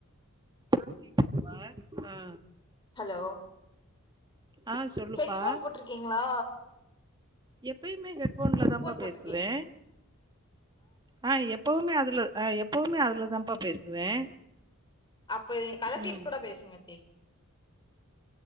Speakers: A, on the right (about 20°); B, on the left (about 20°).
A: ஆ கேக்குது பா அ
B: ஹலோ
A: ஆ சொல்லுப்பா
B: ஹெட்ஃபோன் போட்ருகீங்ளா
A: எப்பயுமே ஹெட்ஃபோன்லதாம்பா
B: போட்டிருக்கீங்க
A: பேசுவே அ எப்பவுமே அதுல அ எப்பவுமே அதுலதாம்பா பேசுவே
B: அப்ப இத நீங் கலட்டிட்டு
A: ம்
B: கூட பேசுங்கத்தே